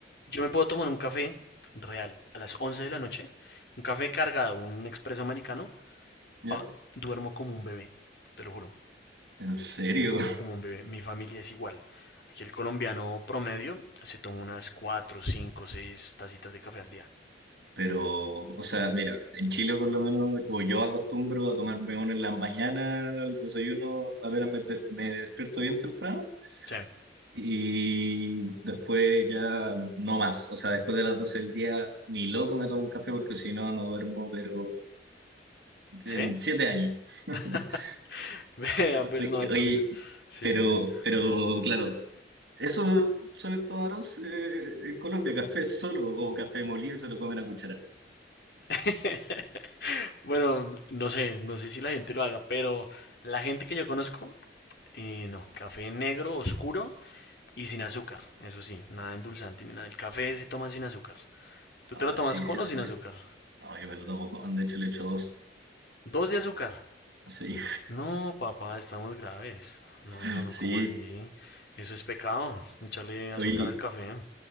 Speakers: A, on the left; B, on the right.
A: Yo me puedo tomar un café real a las 11 de la noche, un café cargado, un expreso americano,
B: ¿Ya?
A: pa, duermo como un bebé, te lo juro,
B: ¿En serio?
A: duermo como un bebé. Mi familia es igual. Aquí el colombiano promedio se toma unas 4, 5, 6 tacitas de café al día.
B: Pero, o sea, mira, en Chile por lo menos, o yo acostumbro a tomarme uno en la mañana al desayuno, apenas me, me despierto bien temprano,
A: Sí,
B: y después ya no más. O sea, después de las 12 del día, ni loco me tomo un café porque si no, no duermo, pero en
A: ¿sí?
B: siete años. <laughs>
A: <laughs> Vea,
B: O-
A: pues no, entonces,
B: Oye,
A: sí,
B: pero,
A: sí.
B: pero claro, eso suelen tomar once en Colombia, café solo o café molido y se lo comen a cuchara.
A: sí. <laughs> Bueno, no sé, no sé si la gente lo haga, pero la gente que yo conozco, eh, no, café negro, oscuro, y sin azúcar, eso sí, nada endulzante ni nada. El café se toma sin azúcar. ¿Tú
B: Ah,
A: te lo tomas
B: sí,
A: con
B: sí, eso
A: o sin azúcar?
B: No, yo me lo tomo con, de hecho le echo dos.
A: Dos de azúcar.
B: Sí,
A: No, papá, estamos graves. No,
B: <laughs>
A: no, no,
B: sí.
A: ¿cómo así? Eso es pecado, echarle azúcar
B: Oye,
A: al café.